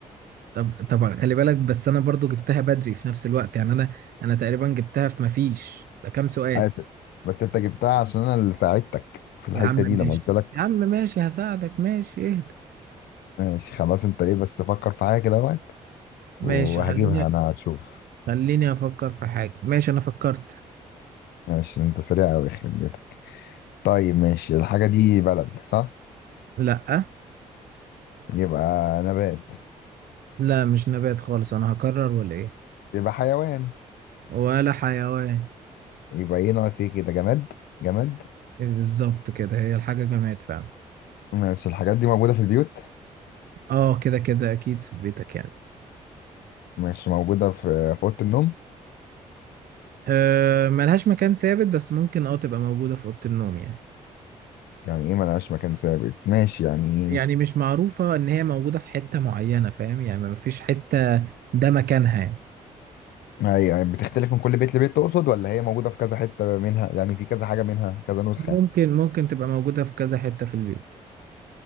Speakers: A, on the right; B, on the left.
A: طب طب خلي بالك بس انا برضو جبتها بدري في نفس الوقت يعني انا انا تقريبا جبتها في مفيش ده كام سؤال
B: اسف بس انت جبتها عشان انا اللي ساعدتك في الحته
A: يا عم ماشي
B: دي لما قلت لك
A: يا عم ماشي هساعدك ماشي اهدى
B: ماشي خلاص انت ايه بس فكر في حاجه كده وقت
A: ماشي
B: وهجيبها
A: خليني
B: انا هتشوف
A: خليني افكر في حاجة ماشي انا فكرت
B: ماشي انت سريع قوي يخرب بيتك طيب ماشي الحاجه دي بلد صح
A: لا
B: يبقى نبات
A: لا مش نبات خالص انا هكرر ولا ايه
B: يبقى حيوان
A: ولا حيوان
B: يبقى ايه ناقص ايه كده جماد جماد
A: بالظبط كده هي الحاجة جماد فعلا
B: ماشي الحاجات دي موجوده في البيوت
A: اه كده كده اكيد في بيتك يعني
B: ماشي موجوده في في اوضه النوم
A: أه ملهاش مكان ثابت بس ممكن اه تبقى موجودة في أوضة النوم يعني
B: يعني ايه ملهاش مكان ثابت ماشي يعني
A: يعني مش معروفة ان هي موجودة في حتة معينة فاهم يعني ما فيش حتة ده مكانها يعني
B: هي يعني بتختلف من كل بيت لبيت تقصد ولا هي موجودة في كذا حتة منها يعني في كذا حاجة منها كذا نسخة
A: ممكن ممكن تبقى موجودة في كذا حتة في البيت